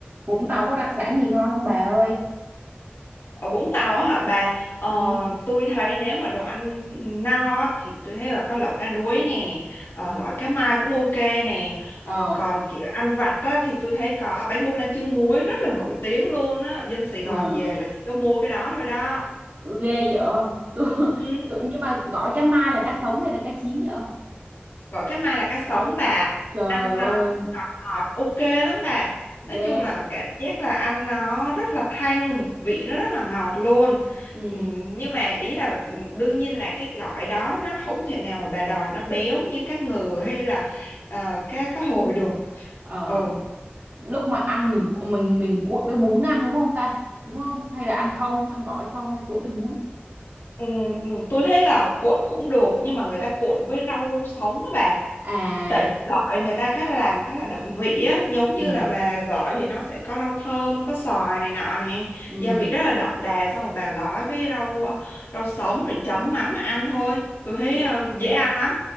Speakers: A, on the right; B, on the left.
A: Vũng Tàu có đặc sản gì ngon không bà ơi
B: Ở Vũng Tàu á hả bà, ờ,
A: ừ
B: tôi thấy nếu mà đồ ăn no á, thì tôi thấy là có lẩu cá đuối nè, ờ,
A: ừ
B: gỏi cá mai cũng ok nè,
A: ờ
B: ờ, còn kiểu ăn vặt á, thì tôi thấy có bánh bông lan trứng muối rất là nổi tiếng luôn á, dân Sài Gòn
A: ừ.
B: về là chỉ có mua cái đó thôi đó.
A: Ừ, ghê vậy tôi,
B: Ừ.
A: tôi nhưng mà gọi cá mai là cá sống hay là cá chín vậy
B: Gỏi cá mai là cá sống bà
A: trời
B: ăn
A: ơi
B: nó ngọt ngọt ok lắm bà nói
A: ghê
B: chung là cảm giác là ăn nó rất là thanh vị nó rất là ngọt luôn
A: ừ
B: Ừm, nhưng mà ý là ừm, đương nhiên là cái gỏi đó nó không thể nào mà bà đòi nó béo như cá ngừ hay là ờ, cá cá hồi được
A: ờ
B: ừ
A: lúc mà ăn mình mình mình cuộn với bún ăn đúng không ta đúng không hay là ăn không ăn gỏi không hay cuộn với bún
B: Ừm, ừm, tôi thấy là cuộn cũng được nhưng mà người ta cuộn với rau sống á bà
A: à
B: tại vì gọi người ta khá là làm khá là động vị á giống
A: ừ
B: như là bà gọi thì nó sẽ có rau thơm có xoài này nọ nè
A: ừ
B: gia vị rất là đậm đà xong rồi bà gói với rau rau sống rồi chấm mắm mà ăn thôi tôi thấy
A: trời
B: ờ, dễ ăn lắm